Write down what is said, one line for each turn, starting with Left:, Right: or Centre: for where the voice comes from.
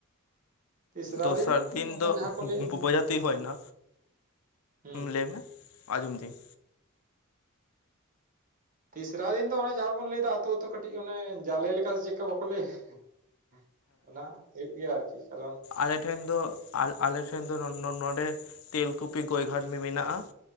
Right: ᱛᱤᱥᱨᱟ
Left: ᱫᱚᱥᱟᱨ ᱫᱤᱱ
Right: ᱚᱱᱮ
Left: ᱫᱚ
Right: ᱡᱟᱦᱟᱸ ᱠᱚ ᱞᱟᱹᱭᱮᱫ
Left: ᱵᱚᱻᱚ, ᱵᱚᱡᱷᱟ ᱛᱩᱧ ᱦᱩᱭᱱᱟ,
Right: ᱦᱩᱸ
Left: ᱞᱟᱹᱭᱢᱮ ᱾ ᱟᱡᱚᱢ ᱫᱟᱹᱧᱼᱼ
Right: ᱛᱤᱥᱨᱟ ᱫᱤᱱ ᱫᱚ ᱚᱱᱮ ᱡᱟᱦᱟᱸ ᱵᱚᱱ ᱞᱟᱹᱭᱮᱫᱟ ᱟᱹᱛᱩ ᱟᱹᱛᱩ ᱠᱟᱹᱴᱤᱡ ᱚᱱᱮ, ᱡᱟᱞᱮ ᱞᱮᱠᱟ ᱥᱮ ᱪᱮᱫᱠᱟ ᱵᱟᱠᱚ ᱞᱟᱹᱭᱟ ᱾ ᱚᱱᱟ ᱦᱩᱭᱩᱜ ᱜᱮᱭᱟ ᱟᱨᱠᱤ, ᱠᱟᱨᱚᱱᱼᱼ
Left: ᱟᱞᱮᱴᱷᱮᱱ ᱫᱚ ᱟᱞ ᱟᱞᱮᱴᱷᱮᱱ ᱫᱚ ᱱᱚᱱ ᱱᱚᱰᱮᱼᱼ ᱛᱮᱞᱠᱩᱯᱤ ᱜᱚᱭ ᱜᱷᱟᱴ ᱢᱮ ᱢᱮᱱᱟᱜᱼᱟ ᱾